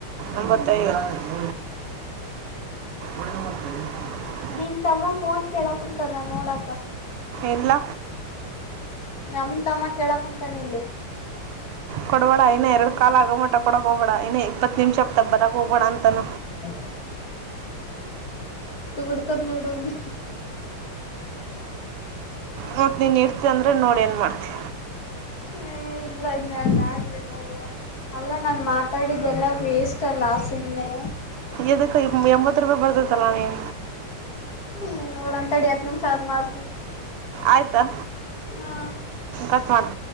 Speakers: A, on the right (about 85°); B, on the left (about 45°).
A: ಒಂಬತ್ತ ಐವತ್ತ ಒಳಗತಿ <unintelligible>
B: ನಿಮ್ ತಮ್ಮ ಫೋನ್ ಕೇಳಕ್ ಕುಂತನ್ ನೋಡ ಅಕ್ಕ
A: ಎಲ್ಲ
B: ನಮ ತಮ್ಮ ಕೇಳ ಕುಂತನ ಇಲ್ಲೆ
A: ಕೊಡಬೇಡ ಇನ್ ಎರಡು ಕಾಲ ಆಗೋಮಟ ಕೊಡಕ್ಕೆ ಹೋಗಬೇಡ ಇನ ಇಪ್ಪತ್ತು ನಿಮಿಷ ಬರಕ್ಕೆೋಗಬೇಡ ಅನ
B: ಹ ತುಡುತದ ನೋಡ ಅವಂದ
A: ಮತ್ತ ನೀನ್ ಇಡ್ತಿ ಅಂದ್ರೆ ನೋಡ್ ಏನ್ ಮಾಡ್ತತಿ
B: ಹ ಇಲ್ಲ ಇನ್ನ ನಂದ ಆಗ್ಲಿ ನೋಡು ಅಲ್ಲ ನಾನ ಮಾತಾಡಿದೆೆಲ್ಲ ವೇಸ್ಟ್ ಅಲ್ಲ ಸುಮ್ಮ್ನೆ
A: ಎದಕ್ಕ ಎಂಬತ್ತು ರೂಪಾಯಿ ಬರ್ತತ್ತಲ್ಲ ನೀನ
B: ಹ್ಮ್ ನೋಡನ ತಡಿ ಹತ್ ನಿಮಿಷ ಅತ್ ಮಾಡ್ತೀನಿ
A: ಆಯ್ತಾ
B: ಹಾ
A: ಕಟ್ ಮಾಡ್